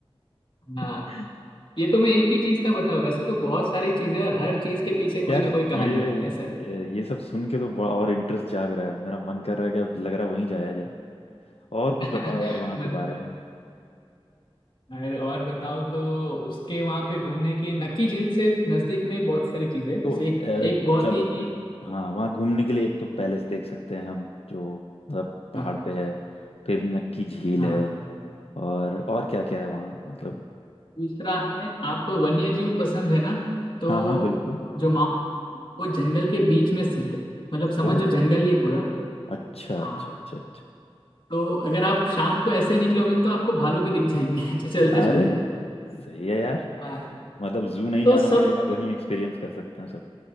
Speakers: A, on the left; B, on the left.
A: हाँ
B: <laughs>
A: ये तो मैं एक ही चीज का बताऊँ वैसे तो बहुत सारी चीजें और हर चीज के पीछे कोई
B: यार
A: ना कोई कहानी
B: ये
A: है ऐसा है।
B: ये सब सुन के तो बड़ा और इंटरेस्ट जाग रहा है मेरा मन कर रहा है कि अब लग रहा है वहीं जाया जाए और
A: <laughs>
B: कुछ बताओ यार वहाँ
A: मतलब
B: के बारे में
A: और और बताओ तो उसके वहां पे घूमने के नक्की झील से नजदीक में ही बहुत सारी चीजें हैं।
B: तो
A: जैसे
B: अ,
A: एक एक बहुत
B: चलो
A: ही
B: फिर हाँ वहाँ घूमने के लिए एक तो पैलेस देख सकते हैं हम जो मतलब पहाड़
A: हाँ
B: पे है फिर नक्की झील
A: हाँ
B: है और और क्या क्या है वहाँ मतलब
A: दूसरा है आपको वन्य जीव पसंद है ना तो
B: हाँ हाँ बिल्कुल
A: जो माउंट वो जंगल के बीच में स्थित है मतलब समझो
B: ओ
A: जंगल ही है पूरा
B: अच्छा
A: हाँ
B: अच्छा अच्छा अच्छा
A: तो अगर आप शाम को ऐसे ही निकलोगे तो आपको भालू भी दिख जाएंगे <laughs> चलते
B: अरे
A: हुए
B: सही है यार
A: हाँ
B: मतलब जू नहीं
A: तो
B: जाना
A: सब
B: पड़ेगा वहीं एक्सपीरियंस कर सकते हैं सब